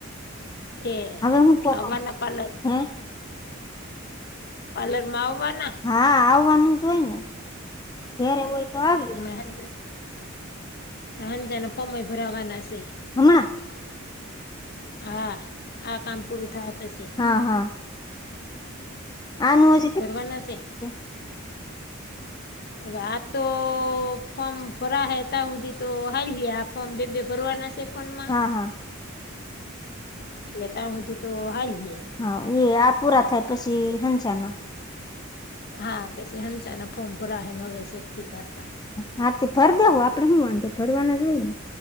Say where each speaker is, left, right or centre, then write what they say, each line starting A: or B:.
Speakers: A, on the left; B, on the left.
A: તે
B: હવે હું ફોટો
A: આવવાના પાર્લર
B: હે.
A: પાર્લરમાં આવવાના.
B: હા, આવવાનું જ હોય ને, ઘેરે હોય તો આવીએ.
A: <unintelligible> માર હંજાના ફોર્મએ ભરાવાના સે.
B: હમણાં.
A: હા આ કામ પૂરું થાહે પસી.
B: હા, હા, આનું જ.
A: ભરવાના સે.
B: <unintelligible>
A: હવે આ તો ફોર્મ ભરાહે ત્યાં હુધી તો હાલહી. આ ફોર્મ બે-બે ભરવાના સે. ફોનમાં
B: હા હા
A: એટલે ત્યાં હુધી તો હાલી એ.
B: હ, એ આ પૂરા થાય પસી હંસના.
A: હા, પસી હંસાના ફોર્મ ભરાહે નવે સરથી પાસા.
B: હા, તે ભરદો આપડે હું વાંધો ભરવાના જ હોય ને.